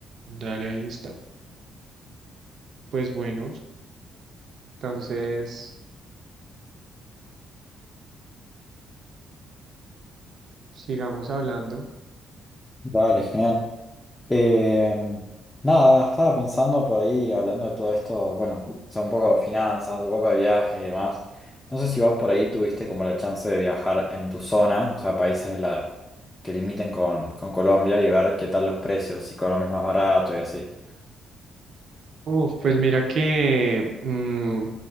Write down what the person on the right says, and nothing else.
Dale, ahí está. Pues bueno, entonces sigamos hablando.
Uf, pues mira que mm,